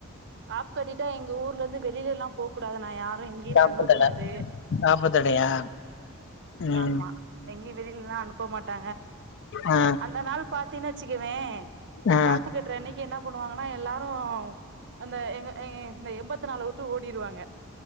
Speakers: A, on the right; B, on the left.
A: காப்பு கட்டி ட்டா எங்க ஊருலருந்து வெளிலலா போகக்கூடாது நா யாரையு எங்கையு
B: நாப்பத்தடை
A: தங்கக்கூடாது
B: நாப்பத்தடையா ம்
A: ஆமா எங்கேயு வெளிலலா அனுப்பமாட் ட்ட
B: ஆ
A: அந்த நாள் பார் தின்ன வச்சுக்குவே
B: ஆ
A: காப்பு கட்ற அன்னைக்கு என்ன பண்ணுவாங்கன்னா எல்லாரு அந்த எங்க எ எம்பத்து நாள வுட்டு ஓடிடுவாங்க